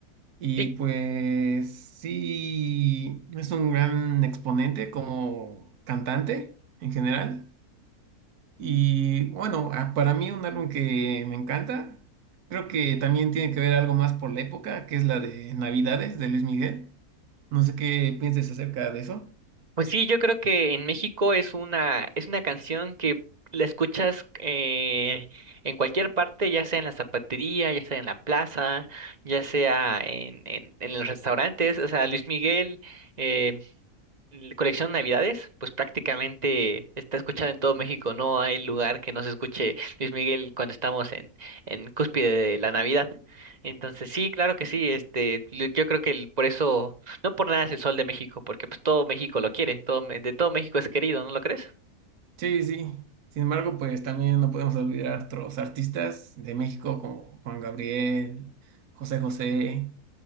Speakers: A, on the right (about 80°); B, on the right (about 35°).
A: Y
B: sí
A: pues sí, es un gran exponente como cantante en general. Y bueno, a- para mí un álbum que me encanta, creo que también tiene que ver algo más por la época, que es la de Navidades de Luis Miguel. No sé qué pienses acerca de eso.
B: Pues sí, yo creo que en México es una, es una canción que la escuchas eh, en cualquier parte, ya sea en la zapatería, ya sea en la plaza, ya sea en, en, en los restaurantes. O sea, Luis Miguel, eh, l- colección Navidades, pues prácticamente está escuchado en todo México. No hay lugar que no se escuche Luis Miguel cuando estamos en, en cúspide de la Navidad. Entonces, sí, claro que sí. Este, yo yo creo que el- por eso, no por nada es el sol de México, porque pues todo México lo quiere, todo, me- de todo México es querido, ¿no lo crees?
A: Sí, sí. Sin embargo, pues también no podemos olvidar otros artistas de México como Juan Gabriel, José José,